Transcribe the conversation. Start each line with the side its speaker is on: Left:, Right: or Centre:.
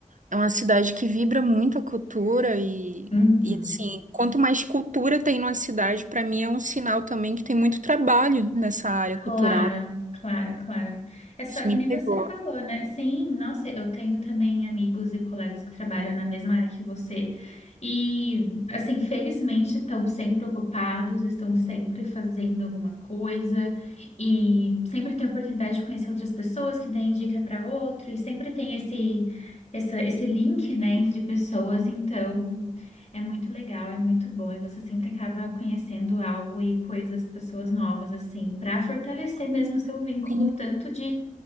Right: é uma cidade que vibra muito a cultura e,
Left: Uhum.
Right: e assim, quanto mais cultura tem numa cidade, pra mim é um sinal também que tem muito trabalho nessa área cultural.
Left: Claro, claro, claro. É só
Right: Isso
Left: que
Right: me
Left: nem
Right: pegou.
Left: você falou, né? Sim, nossa, eu tenho também amigos e colegas que trabalham na mesma área que você. E, assim, felizmente estão sempre ocupados, estão sempre fazendo alguma coisa e sempre tem a oportunidade de conhecer outras pessoas que dêem dica para outro e sempre tem esse, essa, esse link, né, entre pessoas. Então. É muito legal, é muito bom, e você sempre acaba conhecendo algo e coisas, pessoas novas, assim, para fortalecer mesmo o seu vínculo,
Right: Sim,
Left: tanto de